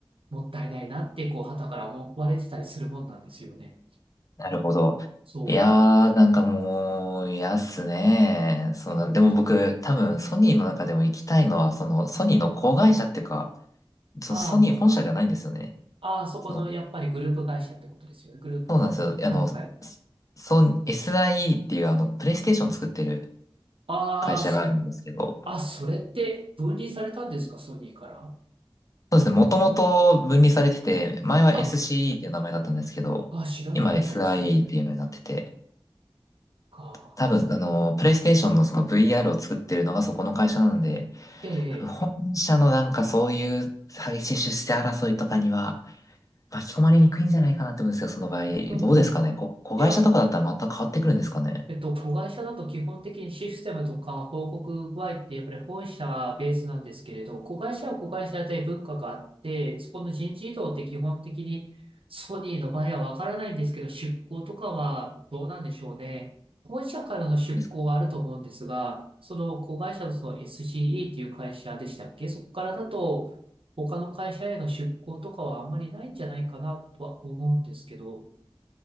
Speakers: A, on the right; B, on the left.
A: もったいないなって、こう、傍から思われてたりするもんなんですよね。
B: なるほど。
A: そう、
B: いやー、なんかもう、嫌っすね。その、
A: そうそう。
B: でも僕、多分、ソニーの中でも行きたいのは、その、ソニーの子会社っていうか、そのソニー本社ではないんですよね。
A: ああ、ああ、そこのやっぱりグループ会社ってことですよね。
B: その、
A: グループの。
B: そうなんですよ。あの、
A: はいはい。
B: ソン SIE っていう、あの、プレイステーション作ってる
A: ああ、
B: 会社があるんですけど、
A: そ、あ、それって分離されたんですか、ソニーから。
B: そうですね、もともと分離されてて、前は
A: あ、
B: SCE っていう名前だったんですけど、
A: あ、知らなかったです。
B: 今 SIE っていうのになってて、
A: か。
B: 多分、あの、プレイステーションのその VR を作ってるのがそこの会社なんで、
A: ええ、
B: 多分本社のなんかそういう激しい出世争いとかには巻き込まれにくいんじゃないかなって思うんですけど、その場合。
A: うんうん。
B: どうですかねこ、子会社とかだったら全く変わってくるんですかね
A: いや、えっと、子会社だと基本的にシステムとか報告具合ってやっぱり本社ベースなんですけれど、子会社は子会社で文化があって、そこの人事異動って基本的にソニーの場合はわからないんですけど、出向とかはどうなんでしょうね。本社からの出向はあると思うんですが、
B: ですかね
A: その子会社のその SCE っていう会社でしたっけそこからだと他の会社への出向とかはあんまりないんじゃないかなとは思うんですけど、